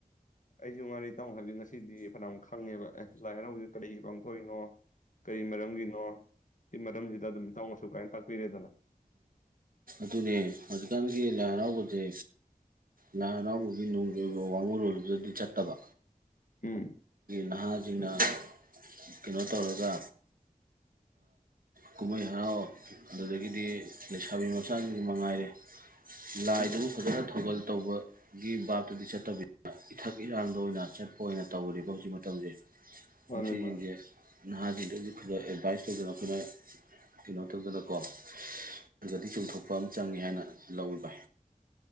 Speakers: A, on the left; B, on the right.
A: ꯑꯩꯁꯨ ꯉꯥꯔꯤ ꯇꯥꯃꯣ ꯍꯥꯏꯕꯗꯤ ꯉꯁꯤꯗꯤ ꯐꯅꯝꯨꯛ ꯈꯪꯉꯦꯕ ꯑꯦ ꯂꯥꯏ ꯍꯔꯥꯎꯖꯤꯗ ꯀꯔꯤ ꯄꯥꯡꯊꯣꯛꯏꯅꯣ ꯀꯔꯤ ꯃꯔꯝꯒꯤꯅꯣ ꯁꯤ ꯃꯔꯝꯁꯤꯗ ꯑꯗꯨꯝ ꯏꯇꯥꯎꯅꯁꯨ ꯀꯥꯏꯅ ꯇꯥꯛꯄꯤꯔꯦꯗꯅ
B: <unintelligible> ꯍꯧꯖꯤꯀꯥꯟꯒꯤ ꯂꯥꯏ ꯍꯔꯥꯎꯕꯗ ꯂꯥꯏ ꯍꯔꯥꯎꯕꯒꯤ ꯅꯨꯡꯒꯤ ꯑꯣꯏꯕ ꯋꯥꯡꯉꯨꯣꯏꯕꯗꯗꯤ ꯆꯠꯇꯕ
A: ꯎꯝ
B: ꯅꯍꯥ ꯅ ꯀꯩꯅꯣ ꯇꯧꯔꯒ ꯀꯨꯝꯍꯩ ꯍꯔꯥꯎ ꯑꯗꯨꯗꯒꯤꯗꯤ ꯂꯩꯁꯥꯕꯤ ꯃꯆꯥꯁꯤꯡꯁꯨ ꯃꯉꯥꯏꯔꯦ ꯂꯥꯏꯗꯨ
A: ꯎꯝ
B: ꯐꯖꯅ ꯊꯧꯒꯜ ꯇꯧꯕꯒꯤ ꯕꯥꯞꯇꯨꯗꯤ ꯆꯠꯇꯕꯤꯅꯤꯅ ꯏꯊꯛ ꯏꯔꯥꯡꯗ ꯑꯣꯏꯅ ꯆꯠ ꯑꯣꯏꯅ ꯇꯧꯔꯦꯕ ꯍꯧꯖꯤꯛ ꯃꯇꯝꯁꯦ
A: ꯃꯥꯅꯦ
B: <unintelligible>
A: ꯃꯥꯅꯦ
B: ꯅꯍꯥꯁꯤꯡꯗꯩꯁꯨ ꯈꯔ ꯑꯦꯗꯚꯥꯏꯁ ꯇꯧꯗꯅ ꯑꯩꯈꯣꯏꯅ ꯀꯩꯅꯣ ꯇꯧꯗꯅꯀꯣ ꯈꯗꯗꯤ ꯆꯣꯡꯊꯣꯛꯄ ꯑꯃ ꯆꯪꯉꯦ ꯍꯥꯏꯅ ꯂꯧꯔꯤꯕ